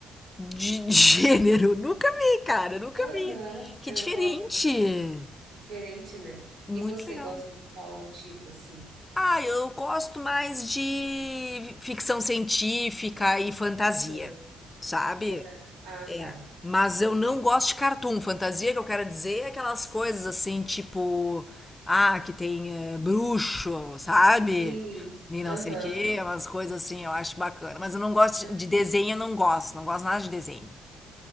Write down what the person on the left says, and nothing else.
de <laughs> gênero. Nunca vi, cara, nunca
vi. Que
diferente.
Muito
legal.
Ah, eu gosto mais de ficção científica e fantasia,
sabe?
É.
Mas
eu não gosto de cartoon. Fantasia que eu quero dizer é aquelas coisas assim, tipo, ah, que tem eh, bruxo, sabe?
E não
sei o quê, umas coisas assim, eu acho bacana. Mas eu não gosto
de de desenho, eu não gosto. Não gosto nada de desenho,